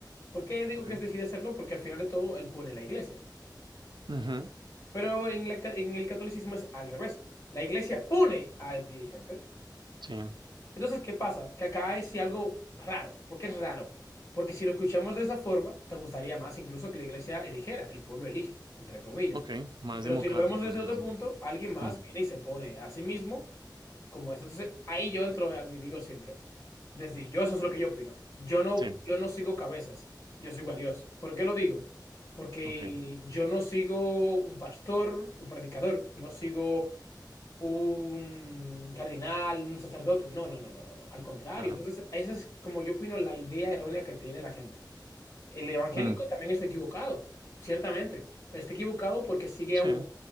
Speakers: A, on the left; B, on the right.
A: ¿Por qué digo
B: ok,
A: que es decide hacerlo? Porque al final de todo él pone la iglesia.
B: ujú,
A: Pero en la ca- en el catolicismo es al revés. La iglesia pone al dirigente.
B: sí,
A: Entonces, ¿qué pasa? Que acá es sí algo raro. ¿Por qué es raro? Porque si lo escuchamos de esa forma, te gustaría más incluso que la iglesia eligiera, el pueblo elige, entre comillas.
B: ok, más
A: Pero
B: democrático,
A: si lo vemos desde
B: por decirlo
A: otro
B: así.
A: punto, alguien más
B: Mm,
A: viene y se pone a sí mismo como eso. Entonces, ahí yo entro en algo y digo siempre, desde yo eso es lo que yo opino. Yo no,
B: sí,
A: yo no sigo cabezas, yo sigo a Dios. ¿Por qué lo digo? Porque
B: ok,
A: yo no sigo un pastor, un predicador, no sigo un cardinal, un sacerdote. No, no, no, no, no, no. Al contrario.
B: claro.
A: Entonces, esa es como yo opino la idea errónea que tiene la gente. El evangélico
B: Mm,
A: también está equivocado, ciertamente. Está equivocado porque sigue
B: sí,
A: a un